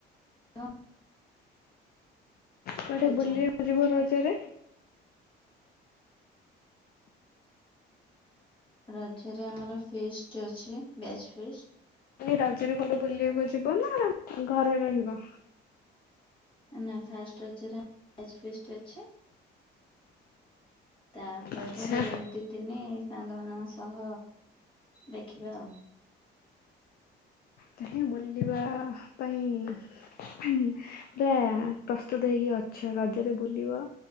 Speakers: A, on the left (about 25°); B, on the left (about 55°).
A: କଣ
B: କୁଆଡ଼େ
A: ଖାଇଛ?
B: ବୁଲିବାକୁ ଯିବ ରଜରେ?
A: ରଜ ରେ ଆମର ଫିଷ୍ଟ ଅଛି ବ୍ୟାଚ ଫିଷ୍ଟ।
B: ରଜରେ କୁଆଡ଼େ ବୁଲିବାକୁ ଯିବ ନା ଘରେ ରହିବ?
A: ନା ଫାଷ୍ଟ ରଜରେ ବ୍ୟାଚ ଫିଷ୍ଟ ଅଛି। ତାପରେ
B: ଆଚ୍ଛା
A: ଦି ତିିନି ସାଙ୍ଗମାନଙ୍କ ସହ ଦେଖିବା ଆଉ
B: ତାହାଲେ ବୁଲିବା ପାଇଁ ପୁରା ପ୍ରସ୍ତୁତ ହେଇକି ଅଛ ରଜରେ ବୁଲିବ।